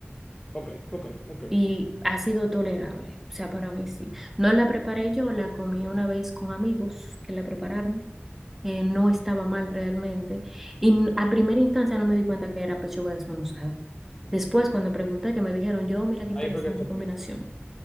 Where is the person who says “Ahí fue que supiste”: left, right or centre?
Left